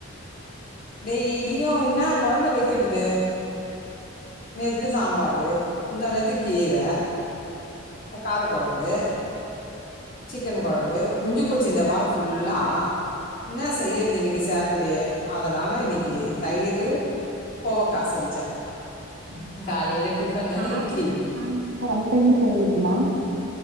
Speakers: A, on the left; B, on the right.
A: டெய்லியு என்னா கொழம்பு வெக்கிறது நேத்து சாம்பாரு முந்தா நேத்து கீர கார கொழம்பு சிக்கன் கொழம்பு முஞ்சு போச்சி இந்த வாரோ ஃபுல்லா என்னா செய்யறது இன்னிக்கி சேட்டர்டே அதனால இன்னிக்கி தயிரு கோவக்கா
B: ம்
A: செஞ்சே காலையில டிஃபனு
B: நாளையில
A: இட்லி
B: சாய்ந்றோ ரெண்டு டைம்மு செய்வீங்ளா